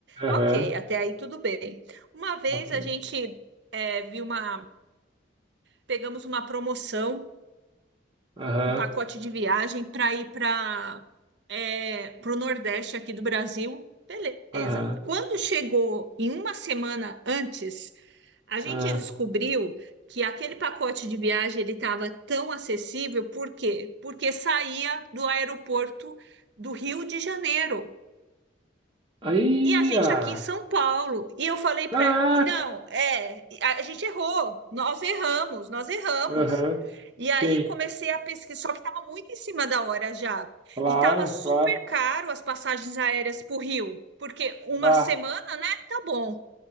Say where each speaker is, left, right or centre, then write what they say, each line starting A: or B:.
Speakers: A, on the right; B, on the right.
A: Aham,
B: Ok, até aí tudo bem. Uma vez
A: ok.
B: a gente eh, viu uma. Pegamos uma promoção.
A: Aham,
B: um pacote de viagem para ir para é, o Nordeste aqui do Brasil. Beleza.
A: aham,
B: Quando chegou em uma semana antes, a gente
A: aham.
B: descobriu que aquele pacote de viagem ele estava tão acessível, por quê? Porque saía do aeroporto do Rio de Janeiro.
A: Aí,
B: E a gente
A: ah,
B: aqui em São Paulo. E eu falei
A: caraca!
B: para, não, é, a a gente errou. Nós erramos, nós erramos.
A: Aham,
B: E
A: Sim,
B: aí comecei a pesquisar, só que estava muito em cima da hora já.
A: claro,
B: E estava super
A: claro.
B: caro as passagens aéreas para o Rio, porque uma
A: Bah,
B: semana, né? Tá bom.